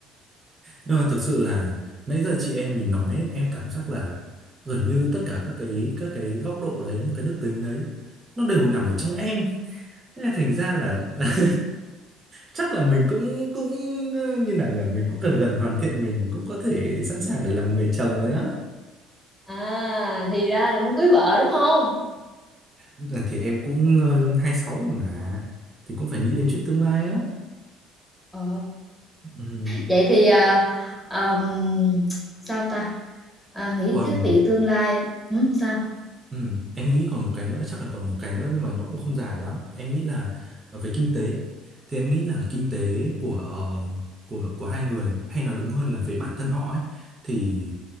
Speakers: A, on the right; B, in the centre.
A: nhưng mà thực sự là nãy giờ chị em mình nói ấy, em cảm giác là gần như tất cả các cái các cái góc độ đấy những cái đức tính đấy nó đều nằm ở trong em Thế là thành ra là <laughs> chắc là mình cũng cũng ờ, như nào nhỉ mình cũng gần gần hoàn thiện mình cũng có thể sẵn sàng để làm một người chồng đấy á
B: à thì ra là muốn cưới vợ đúng không
A: Đợt thì em cũng ờ, hai sáu rồi mà thì cũng phải nghĩ đến chuyện tương lai á
B: Ồ,
A: ừ,
B: vậy thì à, ờm, sao ta à, nghĩ
A: còn
B: tới việc tương lai ừ, sao
A: Ừ, em nghĩ còn một cái nữa chắc là còn một cái nữa nhưng mà nó cũng không dài lắm em nghĩ là ờ, về kinh tế thì em nghĩ là kinh tế của ờ, của của hai người hay nói đúng hơn là về bản thân họ ấy thì